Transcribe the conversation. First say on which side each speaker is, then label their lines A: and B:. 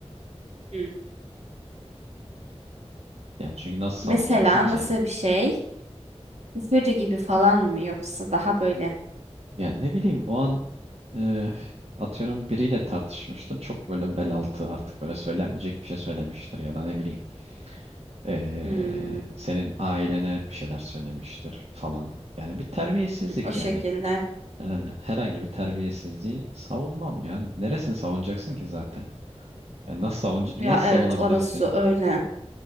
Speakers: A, on the right (about 80°); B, on the right (about 65°).
A: Hmm.
B: Yani çünkü nasıl
A: Mesela
B: savunacaksın ki?
A: nasıl bir şey? Üfürü gibi falan mı yoksa daha böyle?
B: Ya ne bileyim o an e, atıyorum biriyle tartışmıştır. Çok böyle bel altı artık böyle söylenmeyecek bir şey söylemiştir ya da ne bileyim e,
A: Hmm,
B: senin ailene bir şeyler söylemiştir falan. Yani bir terbiyesizlik
A: o şekilde.
B: yani. Herhangi, herhangi bir terbiyesizliği savunmam ya. Neresini savunacaksın ki zaten? Ya nasıl savun nasıl
A: Ya evet
B: savunabilirsin?
A: orası öyle.